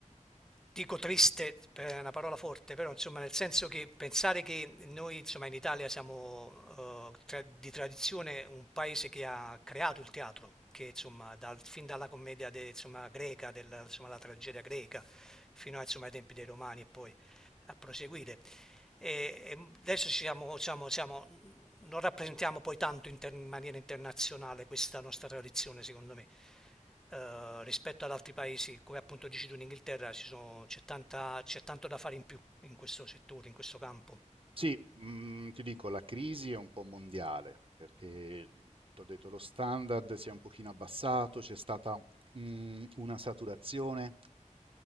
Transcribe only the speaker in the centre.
dico triste, pe- è una parola forte, però insomma nel senso che pensare che noi insomma in Italia siamo eh, tra- di tradizione un paese che ha creato il teatro, che insomma dal- fin dalla commedia de- insomma, greca, della, insomma, la tragedia greca, fino a, insomma, ai tempi dei Romani e poi a proseguire. E, e adesso siamo, siamo, siamo, non rappresentiamo poi tanto inter- in maniera internazionale questa nostra tradizione, secondo me. Eh, rispetto ad altri paesi, come appunto dici tu in Inghilterra, ci sono- c'è tanta- c'è tanto da fare in più in questo settore, in questo campo.